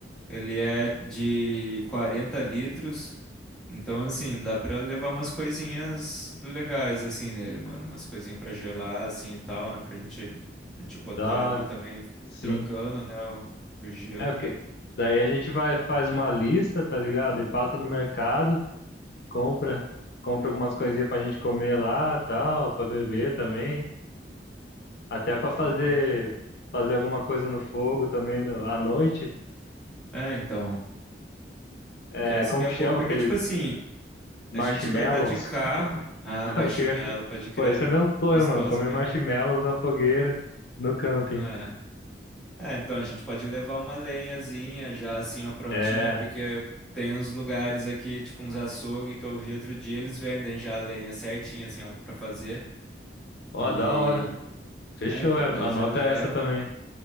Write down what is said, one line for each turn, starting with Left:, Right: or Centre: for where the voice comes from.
Centre: Ele é de 40 litros. Então, assim, dá pra levar umas coisinhas legais, assim, nele, mano. Umas coisinhas pra gelar, assim, e tal, né? Pra gente, pra gente botar
Left: Da hora.
Centre: ali também,
Left: sim.
Centre: trocando, né? O, o gelo.
Left: É o que. Daí a gente vai, faz uma lista, tá ligado? E passa no mercado, compra, compra algumas coisinhas pra gente comer lá, tal, pra beber também, até pra fazer
Centre: Boa.
Left: fazer alguma coisa no fogo também no, à noite.
Centre: É, então.
Left: É,
Centre: é que essa
Left: como
Centre: aqui é
Left: que
Centre: boa,
Left: chama
Centre: porque,
Left: aqueles
Centre: tipo assim,
Left: marshmallows?
Centre: a gente vai estar de carro.
Left: <laughs>
Centre: Ah, marshmallow,
Left: Eu queria. co-
Centre: pode crer.
Left: Pô, esse é meu sonho,
Centre: É Gostoso
Left: mano. Comer
Centre: mesmo.
Left: marshmallows na fogueira, no camping.
Centre: É. É, então a gente pode levar uma lenhazinha já assim, ó, prontinha,
Left: É.
Centre: porque tem uns lugares aqui, tipo uns açougue que eu vi outro dia, eles vendem já a lenha certinha, assim, ó, pra fazer.
Left: Ó,
Centre: E.
Left: da hora. Fechou.
Centre: É, então
Left: é,
Centre: daí
Left: Anota
Centre: já leva.
Left: essa também.